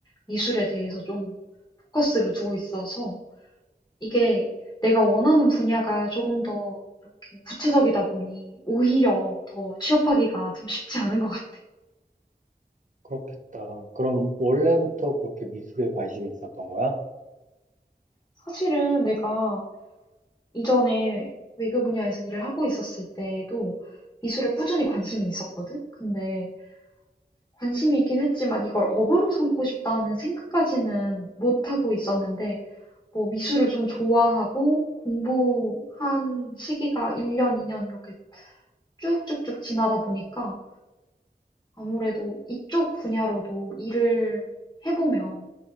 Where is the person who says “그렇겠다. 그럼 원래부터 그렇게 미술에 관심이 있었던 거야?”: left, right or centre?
Right